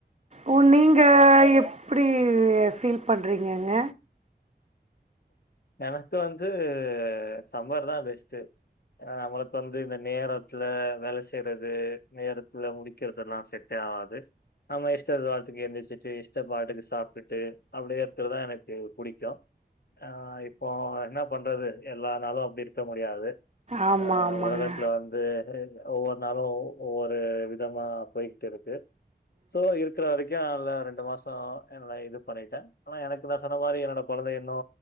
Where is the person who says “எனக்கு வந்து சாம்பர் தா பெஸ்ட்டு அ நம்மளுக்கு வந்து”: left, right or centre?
Left